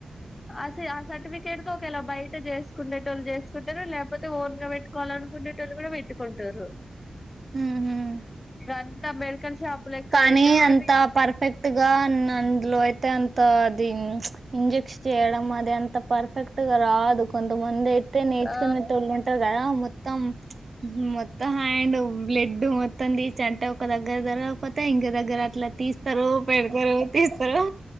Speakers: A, on the left; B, on the right.
A: ఆ సి అ సర్టిఫికేట్ తో ఒకవెల బయట జేసుకుండెటోళ్ళు జేసుకుంటరు లేపోతే ఓన్ గా వెట్టు కొవాలనుకునేటోళ్ళు గూడ వెట్టుకుంటరు
B: ఉమ్ ఉహు
A: అంతా మెడికల్ షాప్ లెక్క
B: కానీ
A: పెట్టుకొని
B: అంత పర్ఫెక్ట్ గా అన్ అందులో అయితే అంత దీ ఇంజెక్ష్ చేయడం అది అంత పర్ఫెక్ట్ గా రాదు కొన్ తమందైతే నేచ్చుకొనె
A: ఆ
B: టోళ్ళు ఉంటరు గదా మొత్ త్తం మొత్తం హ్యాండ్ బ్లెడ్ మొత్తం దీచంట ఒక దగ్గర దర పొత ఇంక దగ్గర అట్ల తీస్తరు పెడతరు తీస్తరు